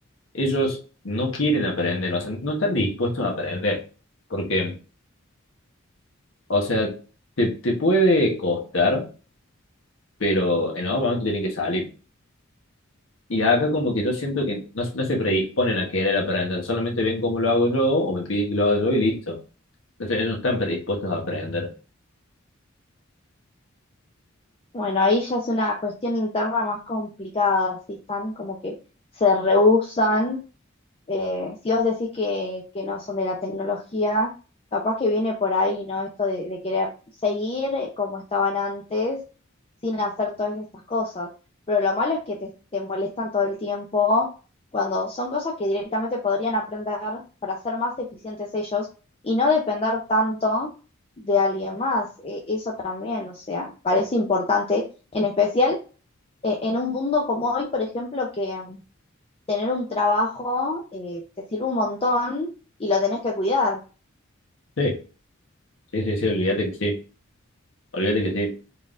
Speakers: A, on the left; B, on the left.
A: ellos no quieren aprender, o sea, no están dispuestos a aprender, porque, o sea, te, te puede costar, pero en algún momento tienen que salir. Y acá como que yo siento
B: Claro.
A: que no, no se predisponen a querer aprender, solamente ven cómo lo hago yo o me piden que lo haga yo y listo. Entonces ellos no están predispuestos a aprender.
B: Bueno, ahí ya es una cuestión interna más complicada, si están como que se rehusan Eh, si vos decís que, que no son de la tecnología, capaz que viene por ahí, ¿no? Esto de, de querer seguir eh, como estaban antes sin hacer todas estas cosas. Pero lo malo es que te, te molestan todo el tiempo cuando son cosas que directamente podrían aprender para ser más eficientes ellos y no depender tanto de alguien más. E- Eso también, o sea, parece importante, en especial eh, en un mundo como hoy, por ejemplo, que tener un trabajo eh, te sirve un montón y lo tenés que cuidar.
A: Sí, sí, sí, sí, olvídate que sí, olvídate que sí.